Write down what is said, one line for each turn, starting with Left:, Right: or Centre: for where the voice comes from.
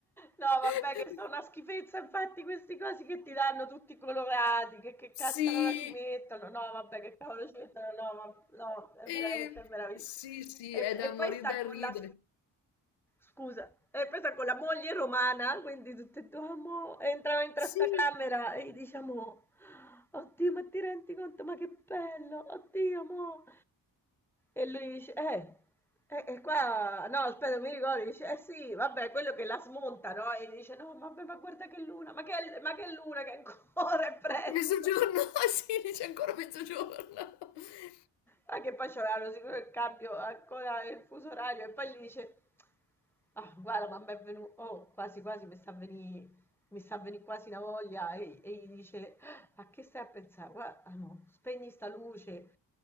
Centre: No, vabbè
Left: <laughs>
Centre: che sono una schifezza, infatti questi cosi che ti danno tutti colorati, che, che
Left: Sì.
Centre: cazzaro la ci mettono, no, vabbè che cavolo ci mettono, no, ma, no, è
Left: Ehm,
Centre: veramente meraviglioso.
Left: sì, sì,
Centre: E,
Left: è da
Centre: e poi
Left: morire
Centre: sta
Left: da
Centre: con
Left: ridere.
Centre: la, scusa, e poi sta con la moglie romana, quindi tutte e due, "Amo", entrano in sta
Left: Sì,
Centre: camera e diciamo, oddio, ma ti rendi conto, ma che bello, oddio, mo'. E lui dice, eh, eh, eh, qua, no, aspetta, mi ricordo, dice, eh sì, vabbè, quello che la smonta, no? E dice, no, vabbè, ma guarda che luna, ma che, ma che luna, che ancora è presto.
Left: mezzogiorno, <laughs> sì, dice ancora mezzogiorno. <laughs>
Centre: Ma che poi c'avevano sicuro il cambio, ancora il fuso orario, e poi gli dice, Ah, guarda, ma mi è venuto, oh, quasi quasi mi sta a venì- mi sta a venì quasi una voglia e, e gli dice, "Ah, a che stai a pensare? Guarda, ah, no, spegni sta luce